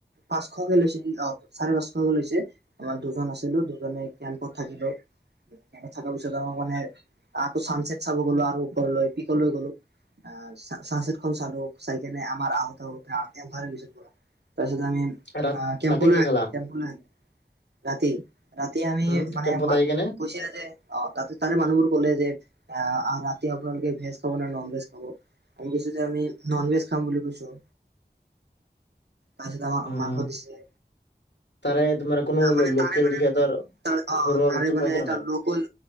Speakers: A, on the right; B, on the left.
A: পাঁচশকে লৈছে অ চাৰে পাঁচশকে লৈছে আমাৰ দুজন আছিলো দুজনে কেম্পত থাকিলো থকাৰ পিছত আমাৰ মানে আকৌ চানচেট চাব গ'লো আৰু ওপৰলৈ পিকলৈ গলো আহ চানচেটখন চালো চাই কিনে আমাৰ আহোত আহোত এন্ধাৰ হৈ গৈছিল পোৰা তাৰপিছত <unintelligible> আমি
B: ৰাত
A: আ কেম্পলে
B: ৰাতি কি
A: কেম্পলে
B: খালা
A: আহিলো <unintelligible> ৰাতি ৰাতি আমি
B: উম
A: মানে
B: কেম্পত
A: মাক
B: আহি কেনে
A: কৈছিলে যে অ তাতে তাৰে মানুহবোৰ কলে যে আহ ৰাতি আপোনালোকে ভেজ খাব নে নন ভেজ খাব আমি কৈছো যে আমি নন ভেজ খাম বুলি কৈছো
B: <inaudible>
A: তাৰপিছত আমাক
B: উম
A: মাংস দিছে
B: তাৰে তোমাৰ কোনো
A: মানে
B: লোকেল
A: তাৰে মানে
B: সিহঁতৰ
A: ত অ
B: ঘৰুৱা
A: তাৰে
B: বস্তু খুৱাইছে
A: মানে এটা
B: নে নাই
A: লোকেল